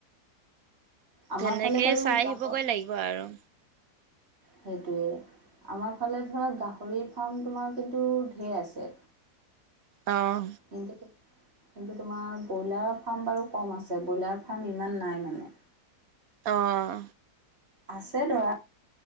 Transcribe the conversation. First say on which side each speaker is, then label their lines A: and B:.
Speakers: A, on the right; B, on the right.
A: আমাৰ
B: তেনেকে
A: ফালে বাৰু
B: চাই আহিবগৈ
A: গাহৰ
B: লাগিব আৰু
A: সেইটোৱে আমাৰ ফালে ধৰা গাহৰি ফাৰ্ম তোমাৰ কিন্তু ঢেৰ আছে।
B: অঁ
A: কিন্তু কিন্তু তোমাৰ ব্ৰইলাৰ ফাৰ্ম বাৰু কম আছে ব্ৰইলাৰ ফাৰ্ম ইমান নাই মানে।
B: অঁ
A: আছে দৰা